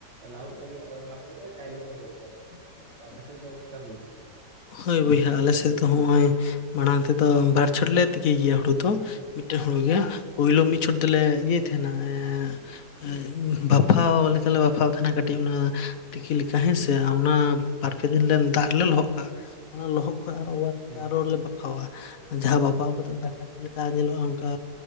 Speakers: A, on the right; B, on the left.
A: ᱞᱟᱦᱩᱫ ᱞᱟᱹᱜᱤᱫ ᱟᱫᱚ ᱚᱱᱟ ᱯᱚᱨᱮ ᱪᱟᱭᱞᱮ ᱫᱚ ᱦᱩᱭᱩᱜ ᱜᱮᱭᱟ᱾
B: <unintelligible>
A: ᱟᱯᱮ ᱥᱮᱱ ᱯᱮ ᱪᱮᱠᱟ ᱦᱩᱭ
B: ᱦᱳᱭ ᱵᱚᱭᱦᱟ ᱟᱞᱮ ᱥᱮᱫ ᱫᱚ ᱦᱚᱜ-ᱚᱭ ᱢᱟᱲᱟᱝ ᱛᱮᱫᱚ ᱵᱟᱨ ᱪᱷᱚᱴ ᱞᱮ ᱛᱤᱠᱤᱭ ᱜᱮᱭᱟ ᱦᱩᱲᱩ ᱫᱚ᱾ ᱢᱤᱫᱴᱮᱱ ᱦᱩᱲᱩ ᱜᱮ ᱯᱩᱭᱞᱳ ᱢᱤᱫ ᱪᱷᱚᱴ ᱫᱚᱞᱮ ᱤᱭᱟᱹᱭ ᱛᱟᱦᱮᱱᱟ, ᱦᱮᱸ ᱵᱟᱯᱷᱟᱣ ᱞᱮᱠᱟᱞᱮ ᱵᱟᱯᱷᱟᱣ ᱛᱟᱦᱮᱱᱟ ᱠᱟᱹᱴᱤᱡ ᱚᱱᱟᱹ ᱛᱤᱠᱤ ᱞᱮᱠᱟ ᱦᱮᱸᱥᱮ
A: ᱦᱩᱸ
B: ᱚᱱᱟ ᱵᱟᱨᱯᱮ ᱫᱤᱱ ᱞᱮ ᱫᱟᱜ ᱨᱮ ᱞᱮ ᱞᱚᱦᱚᱫ ᱠᱟᱜ-ᱟ ᱚᱱᱟ ᱞᱚᱦᱚᱜ ᱠᱷᱚᱱ ᱟᱨ ᱦᱚᱸ ᱚᱶᱟᱨ
A: ᱦᱩᱸ ᱦᱩᱸ
B: ᱟᱨᱚ ᱵᱟᱯᱷᱟᱣᱟ ᱡᱟᱦᱟᱸ ᱵᱟᱯᱷᱟᱣ ᱠᱟᱛᱮᱫ ᱫᱟᱠᱟ ᱪᱮᱫ ᱞᱮᱠᱟ ᱧᱮᱞᱚᱜ-ᱟ ᱚᱱᱠᱟ